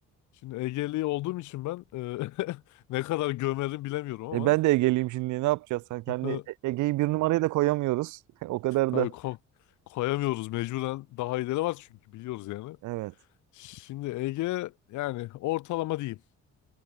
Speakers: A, on the left; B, on the right.
A: Şimdi Egeli olduğum için ben e, <laughs> ne kadar gömerim bilemiyorum ama
B: E ben de Ege'liyim şimdi. Ne yapacağız? Hani kendi
A: <laughs>
B: E- Ege'yi bir numaraya da koyamıyoruz. <laughs> O kadar
A: tabii
B: da.
A: ko- koyamıyoruz mecburen daha iyileri var çünkü biliyoruz yani.
B: Evet.
A: Şimdi Ege yani ortalama diyeyim.